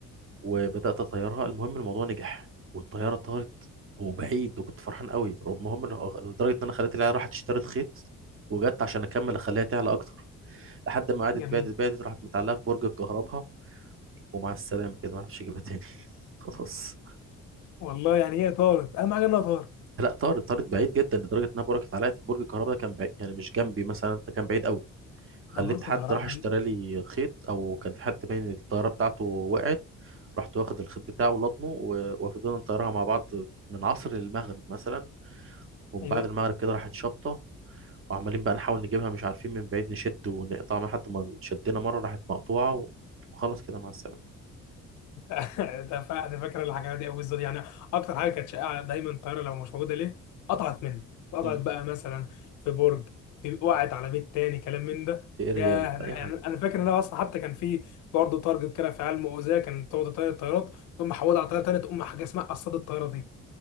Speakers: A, on the right; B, on the left.
A: وبدات اطيرها المهم الموضوع نجح والطياره طارت وبعيد وكنت فرحان قوي المهم إن- لدرجه ان انا خليت العيال راحت اشترت خيط وجت عشان اكمل اخليها تعلى اكتر لحد ما قعدت
B: جميل
A: بعدت بعدت راحت متعلقه في برج الكهرباء ومع السلامه كده ما عرفتش اجيبها تاني <laughs> خلاص
B: والله يعني هي طارت أهم حاجة إنها طارت
A: لا طارت طارت بعيد جدا لدرجه انها بركت علقت في برج الكهرباء ده كان بعيد يعني مش جنبي مثلا ده كان بعيد قوي خليت
B: ده برج
A: حد
B: الغرام
A: راح اشترى لي خيط او كان في حد باين الطياره بتاعته وقعت رحت واخد الخيط بتاعه ولضمه و- وفضلنا نطيرها مع بعض من عصر للمغرب مثلا ومن
B: أيوه
A: بعد المغرب كده راحت شابطه وعمالين بقى نحاول نجيبها مش عارفين من بعيد نشد ونقطع لحد ما شدينا مره راحت مقطوعه وخلاص كده مع السلامه
B: <laughs> ده فا- ده فاكر الحاجات دي قوي بالظبط يعني اكتر حاجه كانت شائعه دايما الطياره لو مش موجوده ليه قطعت منه قطعت
A: مم.
B: بقى مثلا في برج في وقعت على بيت تاني كلام من
A: في
B: ده
A: في اريال
B: يا يعني
A: اي حاجه
B: انا فاكر ان انا اصلا حتى كان في برضه تارجت كده في علم اوزاع كان تقعد تطير الطيارات تقوم محولها على طياره تانيه تقوم حاجه اسمها قصاد الطياره دي